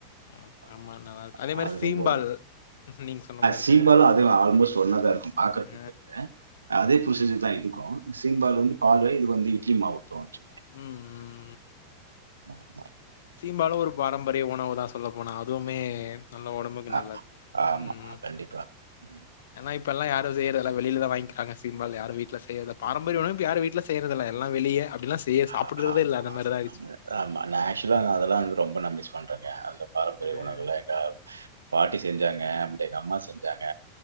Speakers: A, on the left; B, on the right.
A: ஆமா,
B: அது
A: ஆமா நல்லாருக்கும். அதே மாரி
B: அது
A: சீம்பால்
B: ரொம்ப
A: நீங்க சொன்ன மாரி
B: சீம்பால
A: சீம்பால்.
B: அது ஆல்மோஸ்ட் ஒன்ன தான் இருக்கும் பாக்கறதுக்கு
A: ஆ
B: அதே புரோசிஜர் தா இதுக்கு சீம்பால் வந்து பாலு இது வந்து இட்லி மாவு ஊத்துவாங்க
A: உஹம் உம்
B: ம்ம்
A: சீம்பாலும் ஒரு பாரம்பரிய உணவுதான் சொல்ல போனா அதுவுமே நல்ல உடம்புக்கு
B: அ
A: நல்லது
B: ஆமா,
A: உஹம்
B: கண்டிப்பா. ம்.
A: ஏன்னா இப்பல்லாம் யாரும் செய்றது இல்ல வெளில தான் வாங்கிக்குறாங்க சீம்பால் யாரும் வீட்ல செய்றது இல்ல பாரம்பரியமா வீட்ல செய்றது இல்ல எல்லாம் வெளிய அப்படிலாம் செய்ய
B: ஹ
A: சாப்பிடுறதே
B: ஆமா
A: இல்ல அந்த மாரிதான் ஆயிடுச்சு
B: ஆமா நான் ஆக்சுவலா அதெல்லாம் வ ரொம்ப நம்பிஸ் பண்றேங்க அந்த பாரம்பரிய
A: ம்
B: உணவுல எங்க பாட்டி செஞ்சாங்க அப்படி எங்க அம்மா செஞ்சாங்க